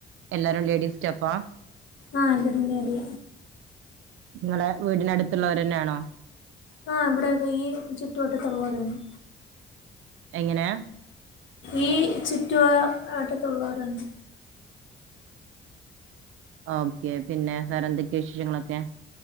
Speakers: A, on the right; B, on the left.
A: എല്ലാരും ലേഡീസ് സ്റ്റാഫാ
B: ആ എല്ലാരും ലേഡി
A: നിങ്ങളെ വീടിന അടുത്തുള്ളവരെന്നെയാണോ
B: ആഹ് ഇവിടെയൊക്കെ ഈ ചുറ്റുവട്ടത്തുള്ളോരേന്നെ
A: എങ്ങനെയാ
B: ഈ ചുറ്റുവട്ടത് ഉള്ളോരണ്
A: ഓക്കെ പിന്നെ വേറെ എന്തൊക്കെയ വിശേഷങ്ങളൊക്കെ